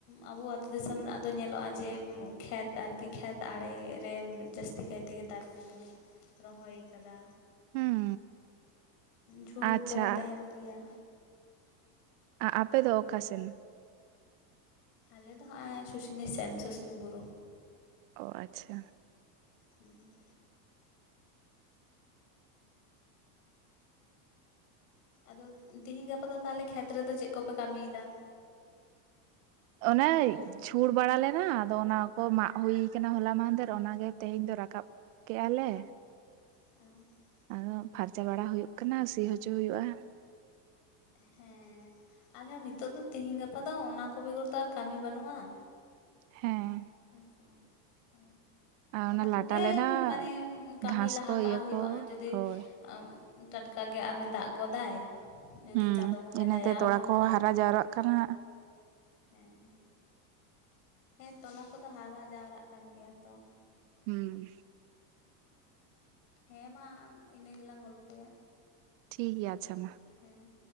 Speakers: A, on the left (about 75°); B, on the right (about 55°).
A: ᱟᱵᱚ ᱟᱛᱳ ᱫᱤᱥᱚᱢ ᱨᱮᱱᱟᱜ ᱫᱚ ᱧᱮᱞᱚᱜ-ᱟ ᱡᱮ ᱠᱷᱮᱛ ᱟᱨᱠᱤ ᱠᱷᱮᱛ ᱟᱲᱮᱨᱮ ᱡᱟᱹᱥᱛᱤ ᱡᱟᱹᱥᱛᱤ ᱠᱟᱭᱛᱮᱜᱮ ᱫᱟᱨᱮ ᱠᱚᱵᱚᱱ ᱨᱚᱦᱚᱭ ᱠᱟᱫᱟ᱾
B: ᱦᱩᱸ
A: ᱡᱷᱩᱲ
B: ᱟᱪᱪᱷᱟ
A: ᱠᱚᱦᱚᱸ ᱛᱟᱦᱮᱱ ᱜᱮᱭᱟ᱾
B: ᱟ ᱟᱯᱮ ᱫᱚ ᱚᱠᱟ ᱥᱮᱱ?
A: ᱟᱞᱮ ᱫᱚ ᱦᱟᱸᱜ ᱟᱭ ᱥᱩᱥᱩᱱᱤ ᱥᱮᱱ ᱥᱩᱥᱩᱱᱤ ᱵᱩᱨᱩ᱾
B: ᱚ ᱟᱪᱪᱷᱟ᱾
A: ᱦᱩᱸ ᱟᱫᱚ ᱛᱤᱦᱤᱧ ᱜᱟᱯᱟ ᱫᱚ ᱛᱟᱦᱚᱞᱮ ᱠᱷᱮᱛ ᱨᱮᱫᱚ ᱪᱮᱫ ᱠᱚᱯᱮ ᱠᱟᱹᱢᱤᱭᱮᱫᱟ?
B: ᱚᱱᱮᱭ ᱡᱷᱩᱲ ᱵᱟᱲᱟ ᱞᱮᱱᱟ ᱟᱫᱚ ᱚᱱᱟ ᱠᱚ ᱢᱟᱜ ᱦᱩᱭ ᱠᱟᱱᱟ ᱦᱚᱞᱟ ᱢᱟᱦᱟᱫᱮᱨ ᱚᱱᱟᱜᱮ ᱛᱮᱦᱮᱧ ᱫᱚ ᱨᱟᱠᱟᱵ ᱠᱮᱜ-ᱟ ᱞᱮ᱾
A: <inaudible>
B: ᱟᱫᱚ ᱯᱷᱟᱨᱪᱟ ᱵᱟᱲᱟ ᱦᱩᱭᱩᱜ ᱠᱟᱱᱟ ᱥᱤ ᱦᱚᱪᱚ ᱦᱩᱭᱩᱜ-ᱟ᱾
A: ᱦᱮᱸ ᱟᱞᱮ ᱦᱚᱸ ᱱᱤᱛᱚᱜ ᱫᱚ ᱛᱤᱦᱤᱧ ᱜᱟᱯᱟ ᱫᱚ ᱚᱱᱟ ᱠᱚ ᱵᱮᱜᱚᱨ ᱛᱚ ᱟᱨ ᱠᱟᱹᱢᱤ ᱵᱟᱹᱱᱩᱜᱼᱟ
B: ᱦᱮᱸ
A: ᱦᱮᱸ ᱥᱮ ᱵᱟᱝ ᱦᱳᱭ
B: ᱟᱨ
A: ᱚᱱᱟ
B: ᱞᱟᱴᱟ
A: ᱠᱚᱜᱮ
B: ᱞᱮᱱᱟ
A: ᱢᱟᱱᱮ ᱠᱟᱹᱢᱤ
B: ᱜᱷᱟᱥ
A: ᱞᱟᱦᱟ
B: ᱠᱚ
A: ᱠᱟᱜ
B: ᱤᱭᱟᱹ
A: ᱦᱳᱭᱳᱜᱼᱟ
B: ᱠᱚ
A: ᱡᱩᱫᱤ
B: ᱦᱳᱭ
A: ᱟᱸ ᱴᱟᱴᱠᱟᱜᱮ ᱟᱨᱦᱚᱸᱭ ᱫᱟᱜ ᱜᱚᱫᱟᱭ ᱡᱩᱫᱤ
B: ᱦᱩᱸ
A: ᱪᱟᱸᱫᱳ ᱵᱚᱸᱜᱟᱭ
B: ᱤᱱᱟᱹᱛᱮ
A: ᱫᱟᱭᱟ
B: ᱛᱚᱲᱟ
A: ᱟᱵᱚᱱ
B: ᱠᱚᱦᱚᱸ
A: ᱠᱷᱟᱱ
B: ᱦᱟᱨᱟ ᱡᱟᱣᱨᱟᱜ ᱠᱟᱱᱟ
A: ᱦᱮᱸ ᱦᱮᱸ ᱛᱚᱞᱟ ᱠᱚᱫᱚ ᱦᱟᱨᱟ ᱡᱟᱣᱨᱟᱜ ᱠᱟᱱ ᱜᱮᱭᱟ ᱛᱚ
B: ᱦᱩᱸ
A: ᱦᱮᱸ ᱢᱟ ᱤᱱᱟᱹ ᱜᱮᱞᱟᱝ ᱜᱚᱞᱯᱷᱚᱭᱟ
B: ᱴᱷᱤᱠ ᱜᱮᱭᱟ ᱟᱪᱷᱟ ᱢᱟ
A: ᱦᱮᱸ